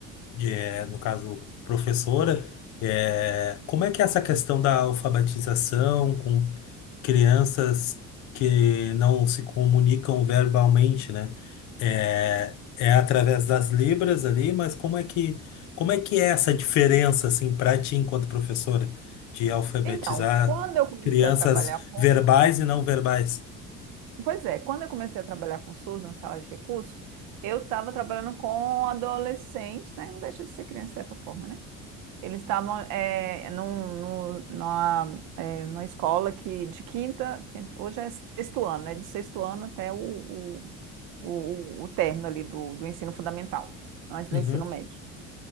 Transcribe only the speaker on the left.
de, eh, no caso, professora, eh, como é que é essa questão da alfabetização com crianças que não se comunicam verbalmente, né? É, é através das libras ali, mas como é que, como é que é essa diferença, assim, para ti enquanto professora? de alfabetizar
Crianças
verbais e não verbais.
Uhum,